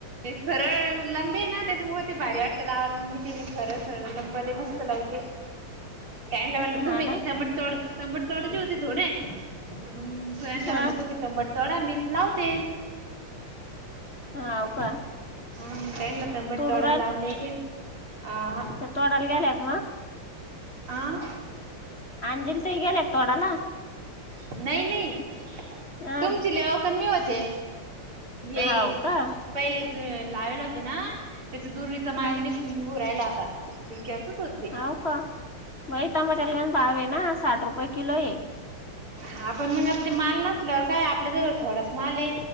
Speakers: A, on the right; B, on the left.
A: सरळ लंबे ना त्याच्यामुळे ते भारी वाटते लावाल, मग मी ते सरळ सरळ लंबे लय मस्त लावते.
B: <inaudible>
A: त्यांना म्हणलं
B: हा
A: तुम्ही
B: ना
A: तंबट तोड, तंबट तोडाची होती थोडे तर मग तू ह्यांना
B: हा
A: म्हणलं, तूम्ही तंबट तोडा मी लावते.
B: हाव
A: हा
B: का
A: मग काय ह्यांना तंबट
B: तोडू
A: तोडाय लावले की. आ हा
B: ते तोडायला गेलेत म?
A: आ?
B: अंजिली ताई गेले का तोडाला?
A: नाही नाही,
B: अं
A: तुमची लेओक अन मी होते. येई,
B: हाव का
A: पहिले ज लावेल होती ना, त्याचा दुरीचा
B: हं
A: माल नि घु राहीला आता, बिक्यातच होतं
B: हाव का? बाई तम्याटाला काय भाव येना, साठ रुपये किलो ये.
A: हा पण मग आता ते माल नसल्यावर काय, आपल्या जवळ थोडाच माल ये.